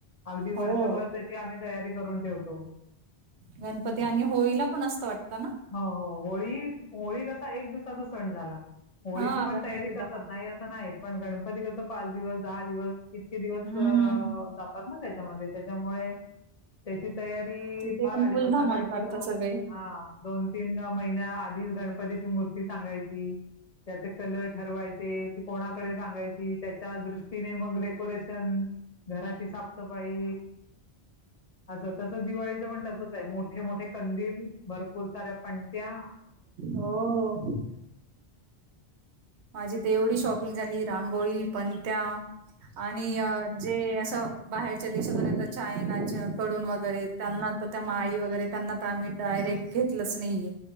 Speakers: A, on the left; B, on the right.
A: अगदी वर्षभर
B: हो
A: त्याची आम्ही तयारी करून ठेवतो
B: गणपती आणि होळीला पण असतं वाटतं ना
A: हो हो होळी होळी कसा एक दिवसाचा सण झाला होळीची
B: हा
A: पण
B: गणपती
A: तयारी करतात
B: दहा
A: नाही असं नाही पण गणपती कस पाच दिवस दहा दिवस इ इे दिवस
B: हम्म
A: जातात ना त्याच्यामध्ये त्याच्यामुळे त्याची तयारी
B: तिथे
A: फार
B: पण
A: अधिक
B: फुल
A: असणार
B: धमाल
A: गणपतीोन
B: करता सगळे
A: हा दोन तीन महिन्या धी गणपतीची मूर्ती सांगायची त्याचे कलर ठरवायची त कोणाकडे सांगायची त्याच्या दृष्टीने मग ोरेशन घराची साफसफाई अस तसं दिवाळीचं पण तसच आहे मोठे मोठे कंदील भरपूर साऱ्या पणट्या
B: हो माझी तेवढी शॉपिंग झाली रांगोळी पणत्या आणि जे असं बाहेरच्या देशातून येतात चायनाच्या कडून वगैरे त्यांना तर त्या माळी वगैरे त्यांना तर आम्ही डायरेक्ट घेतलच नाहीये